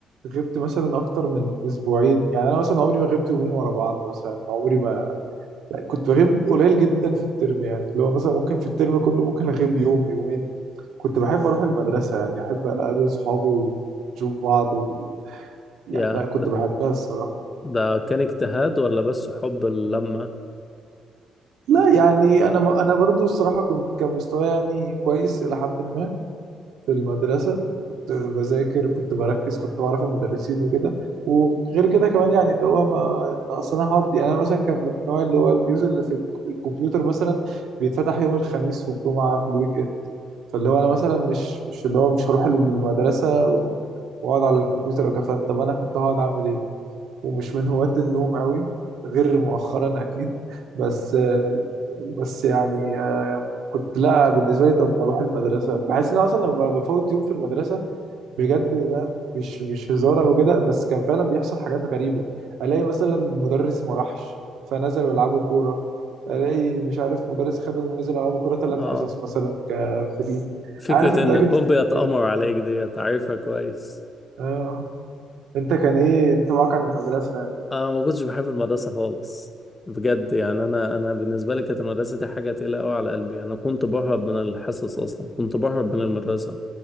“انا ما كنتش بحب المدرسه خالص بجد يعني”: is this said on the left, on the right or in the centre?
Left